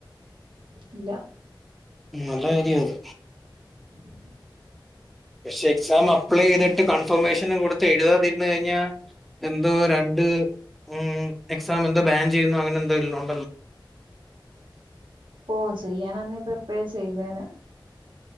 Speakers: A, on the right; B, in the centre.
A: ഇല്ല
B: നല്ല കാര്യ അത്
A: <unintelligible>
B: പക്ഷെ എക്സാം അപ്ലൈയ്തിട്ട് ക ഇൻഫർമേഷനം കൊടുത്ത് എഴുതാതിരുന്നു കഴിഞ്ഞാൽ എന്തോ രണ്ട് മ് എക്സാം എന്തോ ബാൻ ചെയ്യുന്നു അങ്ങനെ എന്തോയിൽനോൺ
A: ഓ ചെയ്യാനന്നേ ഇപ്പൊ ഇപ്പയേ ചെയ്തേന